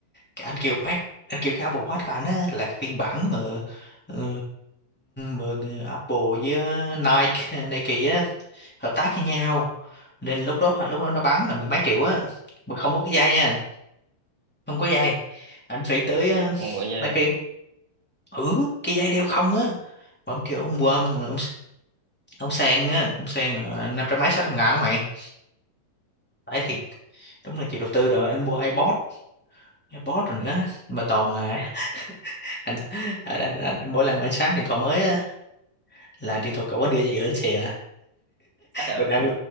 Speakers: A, in the centre; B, on the right (about 65°).
A: Cái anh kêu Mac anh kêu cái Apple Watch của anh á là cái phiên bản mà ờ, mà ờ, Apple với ờ, Nike ờ, Nike á hợp tác với nhau nên lúc đó lúc đó nó bán là mười mấy triệu á mà không có cái dây nha không có dây anh phải tới ờ,
B: mọi người
A: mấy ừ cái dây đeo không á mà ông kêu ông quơm rồi ông ông sang á ông sang là năm trăm mấy sáu trăm ngàn mày phải thiệt đúng là chịu đầu tư rồi anh mua iPod iPod rồi nữa mà toàn là <laughs> anh, anh, anh, anh, mỗi lần mà anh sắm điện thoại mới á, là điện thoại cũ anh đưa cho vợ anh xè
B: à, được.
A: mà trong